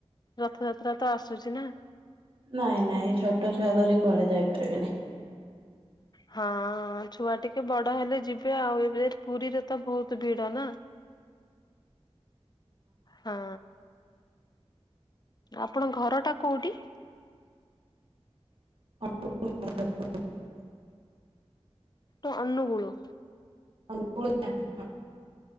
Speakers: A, on the left; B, on the right.
A: ରଥଯାତ୍ରା ତ ଆସୁଛି ନା।
B: ନାଇଁ ନାଇଁ ଛୋଟ ଛୁଆ ଧରିି କୁଆଡେ ଯାଇପାରିବିନି।
A: ହଁ ଛୁଆ ଟିକେ ବଡ ହେଲେ ଯିବେ ଆଉ ଏବେ ପୁରୀରେ ତ ବହୁତ ଭିଡ ନା ହଁ। ଆପଣଙ୍କ ଘରଟା କୋଉଠି?
B: <unintelligible>
A: ତ ଅନୁଗୁଳୁ।
B: ଅନଗୁଳୁ <unintelligible>